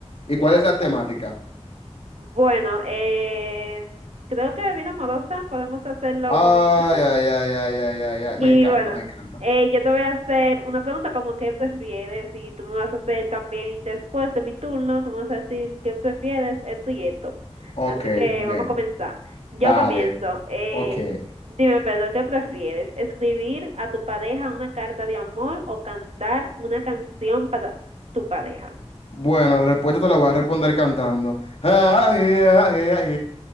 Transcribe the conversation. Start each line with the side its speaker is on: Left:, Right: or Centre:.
Left: ¿Y cuál
Right: Claro,
Left: es la
Right: claro.
Left: temática?
Right: Bueno, eh, creo que vida amorosa podemos hacerlo
Left: Ay,
Right: como con eso.
Left: ay, ay, ay, ay, ay, ay.
Right: Y
Left: Me encanta,
Right: bueno,
Left: me encanta.
Right: eh, yo te voy a hacer una pregunta como qué prefieres y tú me vas a hacer también después de mi turno, tú me vas a decir qué prefieres, esto y esto.
Left: Ok,
Right: Así que
Left: bien.
Right: vamos a comenzar. Yo
Left: Dale.
Right: comienzo. Eh,
Left: Ok.
Right: dime, Pedro, ¿qué prefieres? ¿Escribir a tu pareja una carta de amor o cantar una canción para tu pareja?
Left: Bueno, respuesta te la voy a responder cantando. Ay, ay, ay,